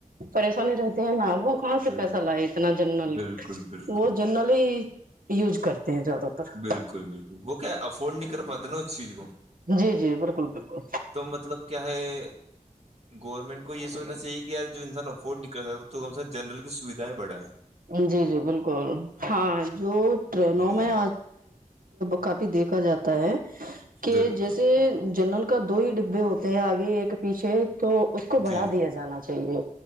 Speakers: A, on the right; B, on the right.
A: پریشانی رہتے ہیں نا وہ کہاں
B: بالکل
A: سے پیسہ لائے اتنا جنرل
B: بالکل بالکل
A: وہ جنرل ہی یوز کرتے ہیں زیادہ تر
B: بالکل بالکل وہک افورڈ نہیں کر پاتے نا اس چیز کو
A: جی جی بالکل بالکل
B: تو مطلب کیا ہے گورنمنٹ کو یہ سوچنا چاہیے یار جو انسان افورڈ نہیں کر ستا تو کم سےم جنرل کی سویدھائیں بڑھائیں
A: جی جی بالکل ہاں جو ٹرینوں
B: جی
A: میں
B: جی
A: کافی دیکھا جاتا ہے کہ
B: بالکل
A: جیسے جنرل کا دو ہی ڈبے ہوتے ہیں آگے ایک پیچھے تو اس کو
B: جی
A: بڑھا
B: جی
A: دیا جانا چاہیے